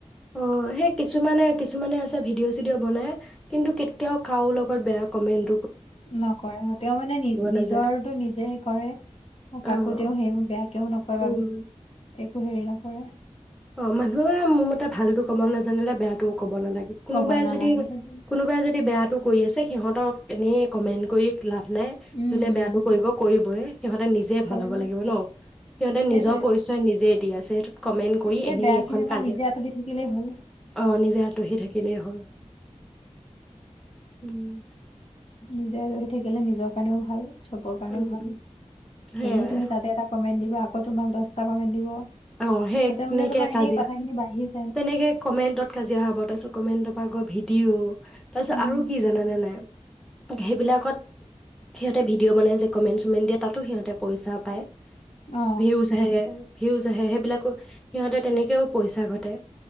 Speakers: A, in the centre; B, on the left (about 60°).
A: অ' সেই কিছুমানে কি? কিছুমানে আছে ভিডিঅ' চিডিঅ' বনাই কিন্তু, কেতিয়াও কাৰো লগত বেয়া কমেন্ট
B: নকৰে তেওঁ মানে নি নিজৰটো
A: নাযায়
B: নিজে কৰে,
A: অ',
B: কাকো তেওঁ সেইও বেয়াকেও নকয়
A: উম,
B: বা একো হেৰি নকৰে।
A: অ' মানুহৰ মানে মোৰ মতে ভালতো ক'ব নাজানিলে বেয়াটো ক'ব নালাগে কোনোবাই
B: কব নালাগে
A: যদি
B: সেইটো
A: কোনোবাই যদি বেয়া। কৰি আছে সিহঁতক এনেই কমেণ্ট কৰি লাভ <unintelligible>
B: উম
A: যোনে
B: উম
A: বেয়াটো কৰিব কৰিবই। সিহঁতে নিজে
B: কৰিব
A: ভাল হ'ব লাগিব ন সিহঁতে
B: সেইটোৱে
A: নিজৰ পৰিচয় নিজে। দি আছে সেইটোত কমে কৰি
B: সেই
A: এনেই
B: বেয়া
A: এখন
B: খিনিৰ পৰা
A: কাজিয়া।
B: নিজে আঁতৰি থাকিলেই হ'ল
A: অ' নিজে আঁতহি থাকিলেই হ'ল। উম
B: নিজে ৰহি থাকিলে নিজৰ কাৰণেও ভাল চব কাৰণে
A: উম,
B: ভাল
A: উম, সেয়াই
B: এনেই তুমি তাতে এটা কমেট দি আকৌ তোমাক দহটা কমেট দিব
A: অ সেই
B: তাতে
A: তেনেকে
B: মানে তোমাৰ
A: কাজিয়া
B: এনেই কথাখিনি বাঢ়িছে
A: তেনেকে কমেণ্টত কাজিয়া হ ব তাই কমেণ্টত পাকৰ ভিডিঅ' তাৰপিছত
B: উম
A: আৰু কি জানে নাই সেইবিলাকত সিহঁতে ভিডিঅ' বনাই যে কমেণ্ট চমেণ্ট দিয়ে তাতো সিহঁতে পইচা পায়
B: অ
A: ভিউজ হে ভিউজ আহে সেইবিলাকো সিহঁতে তেনেকৈও পইচা ঘটে